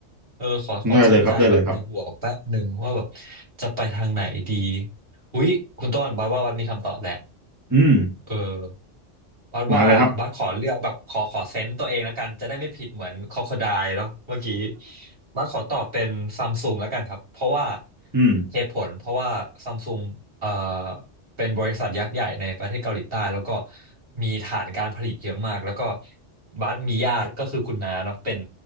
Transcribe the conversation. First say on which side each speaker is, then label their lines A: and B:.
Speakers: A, on the right; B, on the right.
A: เออขอขอชั่างใจแบบในหัวแป๊บหนึ่งว่าแบบ
B: ได้เลยครับได้เลยครับ
A: จะไปทางไหนดีอุ๊ยคุณต้นบาว่าวัดมีคำตอบแหละ
B: อืม
A: เออบัสว่าบัสขอเลือกแบบขอขอเซนต์ตัวเองแล้วกันจะได้ไม่ผิดเหมือนค
B: มาเลยครับ
A: o ค o ได e เนาะเมื่อกี้บัสขอตอบเป็นซัมซุงแล้วกันครับเพราะว่า
B: อืม
A: เหตุผลเพราะว่าซัมซุงเอ่อเป็นบริษัทยักษ์ใหญ่ในประเทศเกาหลีใต้แล้วก็มีฐานการผลิตเยอะมากแล้วก็บัสมีญาติก็คือคุณน้าเนาะเป็น